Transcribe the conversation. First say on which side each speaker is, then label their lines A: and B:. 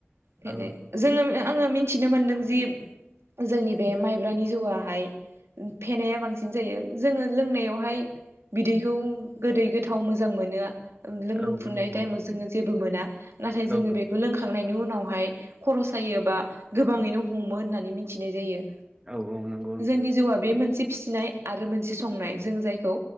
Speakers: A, on the right; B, on the right.
A: औ
B: फेनाय जोङो आङो मिथिनो मोनदों जि जोंनि बे माइब्रानि जौआहाय फेनाया बांसिन जायो जोङो लोंनायावहाय बिदैखौ गोदै गोथाव मोजां मोनो आ लोंफुनाय
A: औ नंगौ
B: टाइमाव जोङो जेबो मोना नाथाय
A: औ
B: जोङो बेखौ लोंखांनायनि उनाव बेहाय खर सायो बा गोबाङैनो हमो होननानै मिन्थिनाय जायो
A: औ औ नंगौ
B: जोंनि जिउआ बे मोनसे फिसिनाय आरो मोनसे संनाय जों जायखौ